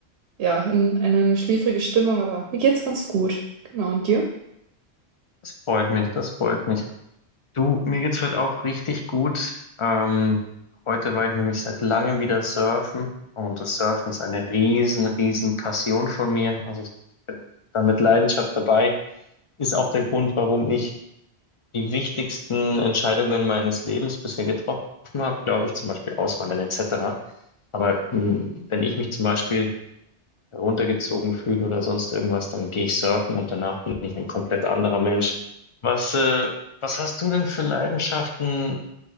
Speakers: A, on the right; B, on the left.
A: ja, in, in eine schläfrige Stimmung, aber mir geht's ganz gut. Genau, und dir?
B: Das freut mich, das freut mich. Du, mir geht's heute auch richtig gut. Ähm, heute war ich nämlich seit langem wieder surfen und das Surfen ist eine riesen, riesen Passion von mir. Also ich bin da mit Leidenschaft dabei. Ist auch der Grund, warum ich die wichtigsten Entscheidungen meines Lebens bisher getroffen habe, glaube ich, zum Beispiel Auswandern etc. Aber mh, wenn ich mich zum Beispiel runtergezogen fühle oder sonst irgendwas, dann gehe ich surfen und danach bin ich ein komplett anderer Mensch. Was, äh, was hast du denn für Leidenschaften,